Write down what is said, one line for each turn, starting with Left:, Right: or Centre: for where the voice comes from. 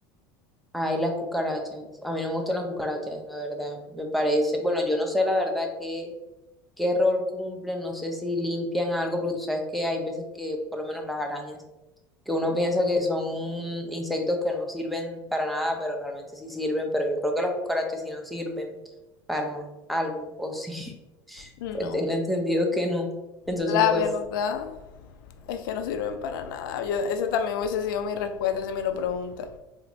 Centre: Ay, las cucarachas. A mí no me gustan las cucarachas, la verdad. Me parece, bueno, yo no sé la verdad que qué rol cumplen, no sé si limpian algo, porque tú sabes que hay veces que, por lo menos las arañas, que uno piensa que son insectos que no sirven para nada, pero realmente sí sirven, pero yo creo que las cucarachas sí no sirven para algo, o sí, <laughs>
Left: No,
Centre: pues tengo entendido que no. Entonces,
Left: la
Centre: pues
Left: verdad es que no sirven para nada. Yo, esa también hubiese sido mi respuesta si me lo preguntas.